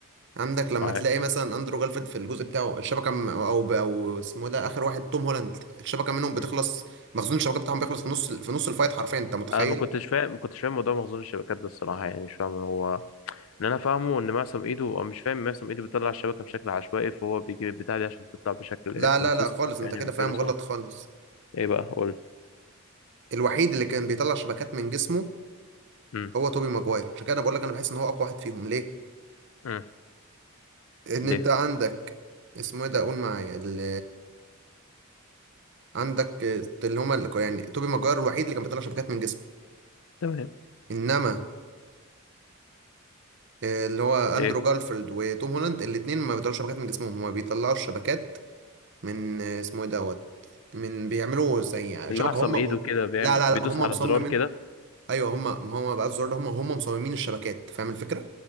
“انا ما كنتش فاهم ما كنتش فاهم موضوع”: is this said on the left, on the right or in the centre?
Left